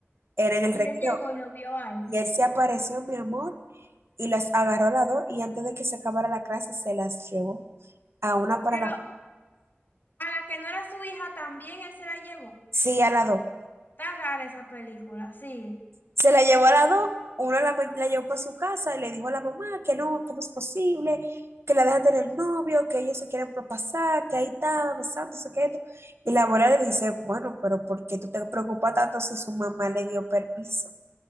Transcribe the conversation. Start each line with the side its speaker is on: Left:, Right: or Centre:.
Right: Era en el
Left: Y
Right: recreo.
Left: él llegó y lo vio ahí.
Right: Y él se apareció, mi amor, y las agarró a las dos y antes de que se acabara la clase se las llevó. A una para
Left: Pero
Right: la...
Left: a la que no era su hija también él se la llevó.
Right: Sí, a las dos.
Left: Está rara esa película, sigue.
Right: Se la llevó a las dos, una la, la llevó para su casa y le dijo a la mamá que no, ¿cómo es posible? Que la deja tener novio, que ellos se quieren propasar, que ahí estaba besándose, que esto. Y la abuela le dice, bueno, pero ¿por qué tú te preocupas tanto si su mamá le dio permiso?